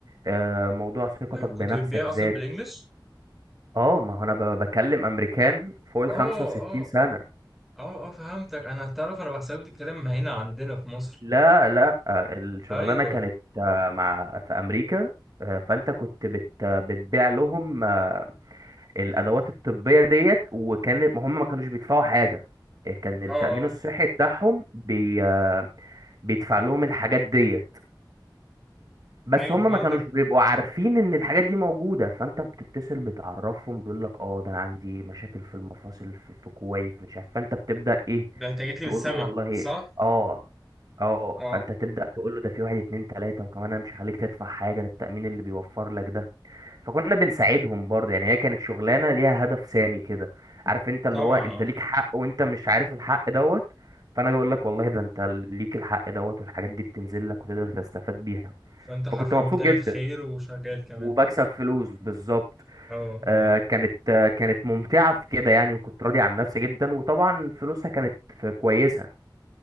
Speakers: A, on the right; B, in the centre.
A: آه، موضوع ثقتك
B: ده
A: بنفسك
B: كنت بتبيع أصلا
A: زاد
B: بالإنجلش؟
A: اه ما هو انا ب- بكلم امريكان فوق ال
B: آه
A: 65
B: آه
A: سنة
B: آه آه فهمتك أنا تعرف أنا بحسبك الكلام ما هنا عندنا في مصر
A: لا لا آه، الشغلانة
B: أيوه
A: كانت آه، مع في امريكا آه، فانت كنت بت بتبيع لهم آه، الادوات الطبية ديت وكان ما هم ما كانوش بيدفعوا حاجة آه، كان التأمين
B: اه اه
A: الصحي بتاعهم بي آه، بيدفع لهم الحاجات ديت بس
B: ايوه
A: هم
B: فهمتك
A: ما كانوش بيبقوا عارفين ان الحاجات دي موجودة فانت بتتصل بتعرفهم بيقول لك اه ده انا عندي مشاكل في المفاصل في, في كويس مش عارف فانت بتبدأ ايه
B: ده أنت جيت لي من
A: تقول
B: السما
A: له والله
B: صح؟
A: اه اه
B: اه
A: فانت تبدأ تقول له ده في واحد اتنين تلاتة وكمان انا مش هخليك تدفع حاجة ده التأمين اللي بيوفر لك ده فكنا بنساعدهم برضه يعني هي كانت شغلانة ليها هدف سامي كده عارف انت اللي
B: طبعا
A: هو انت
B: اه
A: ليك حق وانت مش عارف الحق دوت فانا بقول لك والله ده انت ليك الحق دوت والحاجات دي بتنزل لك وتقدر تستفاد بيها
B: فانت حرفيا
A: فكنت مبسوط
B: بتعمل
A: جدا
B: خير وشغال كمان
A: وبكسب فلوس بالظبط
B: اه
A: آه،
B: اه
A: كانت آه، كانت ممتعة في كده يعني وكنت راضي عن نفسي جدا وطبعا فلوسها كانت في- كويسة